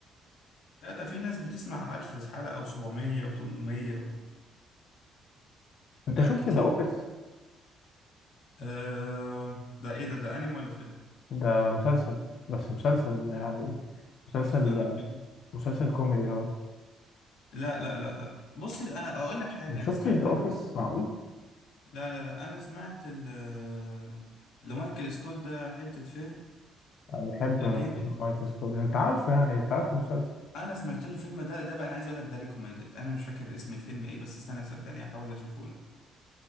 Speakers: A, on the left; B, on the left.
A: لا ده في ناس بتسمع 1000 حلقه او 700 و800 و...
B: انت
A: لا
B: شفت
A: كتير
B: ذا اوفيس
A: آه... ده ايه ده ده انمي ولا فيلم
B: ده مسلسل بس مسلسل يعني مسلسل
A: استنى كده
B: مسلسل كوميدي اهو
A: لا لا لا لا بص ال- انا اقول لك حاجه
B: ما شفتش
A: انا سمعت
B: ذا
A: ال...
B: اوفيس معقول
A: لا لا لا انا سمعت ال... آه، لمايكل سكوت ده حته فيلم
B: انا بحب بحب
A: جامد
B: مايكل سكول انت عارفه يعني انت عارف المسلسل
A: انا سمعت له فيلم ده ده بقى انا عايز اقول لك ده ريكومندد انا مش فاكر اسم الفيلم ايه بس استنى صدقني احاول اشوفه لك